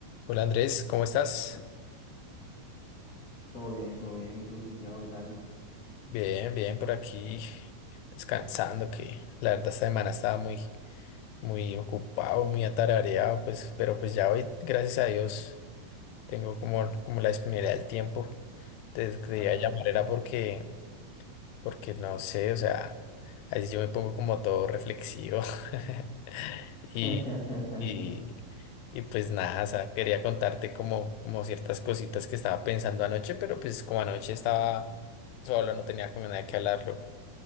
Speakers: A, on the left; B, on the left.
A: Hola Andrés, ¿cómo estás?
B: Todo bien, todo bien. ¿Y tú, Santiago, qué tal?
A: Bien, bien, por aquí descansando, que la verdad esta semana estaba muy, muy ocupado, muy atareado, pues, pero pues ya hoy, gracias a Dios, tengo como, como la disponibilidad del tiempo. Te quería
B: Bacano.
A: llamar era porque, porque no sé, o sea, a veces yo me pongo como todo reflexivo <laughs>
B: <laughs>
A: y, y, Y pues nada, o sea, quería contarte como, como ciertas cositas que estaba pensando anoche, pero pues como anoche estaba solo, no tenía con nadie que hablarlo.